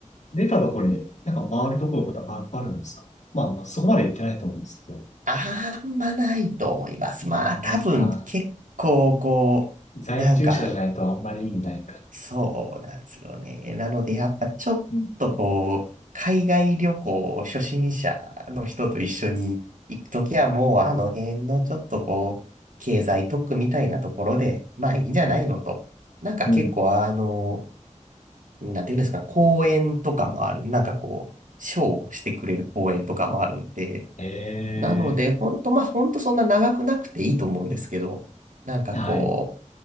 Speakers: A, on the left; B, on the right.
A: 出たところになんか回るところとかあ、あるんですかまあ、まあ、そこまで行ってないと思うんですけど。
B: あんまないと思います。まあ、
A: あんまないか。
B: 多分結構こう、
A: 在住者じゃないとあんまり意味ないか。
B: なんかそうなんですよね。なので、やっぱちょっとこう、
A: うん
B: 海外旅行初心者の人と一緒に行くときはもうあの辺のちょっとこう、経済特区みたいなところで、まあいいんじゃないのと。
A: はい。
B: なんか結構あの、
A: うん。
B: なんていうんですか、公園とかもある。なんかこう、ショーをしてくれる公園とかもあるんで、
A: え
B: なので、本当まあ、本当そんな長くなくていいと思うんですけど、なんかこう、
A: えはい。